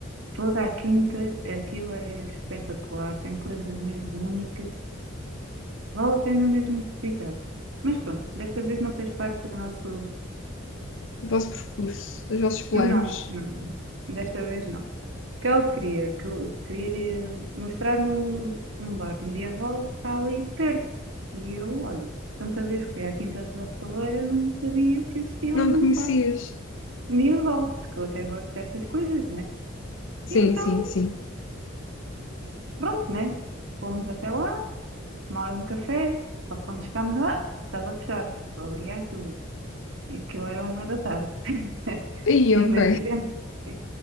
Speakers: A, on the right; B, on the left.
A: toda a quinta, aquilo é espetacular, tem coisas mesmo únicas, vale a pena mesmo visitar. Mas pronto, desta vez não fez parte do nosso.
B: O vosso percurso, os vossos planos.
A: Não, não, desta vez não. que eu queria, que eu queria mostrar num, num bar medieval que está ali perto. E eu, olha, tanta vez que fui à Quinta da Estaleira, não sabia que existia
B: Não
A: ali
B: me
A: um
B: conhecias?
A: bar medieval, porque eu até gosto dessas coisas, né?
B: Sim,
A: E então,
B: sim, sim.
A: pronto, né? Fomos até lá, tomar um café, só que quando chegámos lá, estava fechado. Obrigado. E aquilo era uma da tarde. <laughs>
B: Aí,
A: Ainda
B: ok.
A: tivemos que